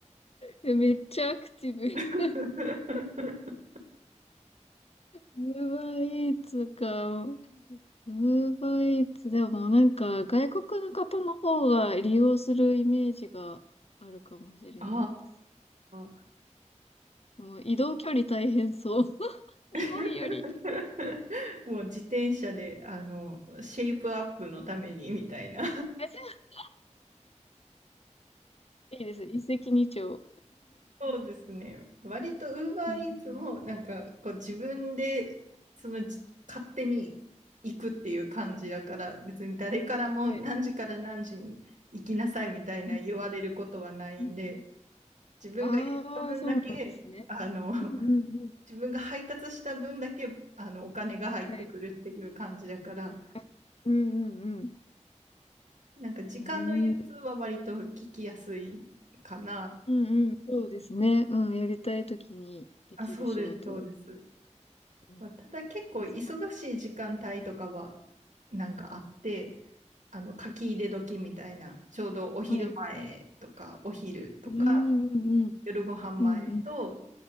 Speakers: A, on the left; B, on the right.
A: めっちゃアクティブ。
B: <laughs>
A: ウーバーイーツか。ウーバーイーツ、でもなんか外国の方の方が利用するイメージがあるかもしれないです。
B: ああ。
A: でも移動距離大変そう。<laughs>
B: <laughs>
A: 日本より、
B: もう自転車で、あの、シェイプアップのためにみたいな。
A: <laughs> えじゃあいいです。一石二鳥。
B: そうですね。割と UberEats
A: うんうんうん。
B: もなんかこう自分でそのじ勝手に行くっていう感じだから別に誰からも何時から何時に行きなさいみたいな言われることはないんで
A: はい。うんうん。
B: 自分がやった分だけあの
A: ああ、そうなんですね。
B: <laughs>
A: うんうん
B: 自分が配達した分だけあのお金が入ってくるっていう感じだから
A: うん。はい。あ、うんうんうん。
B: なんか時間の融通は割と聞きやすいかな。
A: うん。うんうん。そうですね。うん。やりたいときにできる仕事。
B: あ、そうです、そうです。
A: うん。
B: まあ、ただ結構忙しい時間帯とかはなんかあって、
A: 全然
B: あの書き入れ時みたいな、ちょうどお昼前とかお昼とか
A: はい。うんうんうん。
B: 夜ご飯前と、
A: うんうん。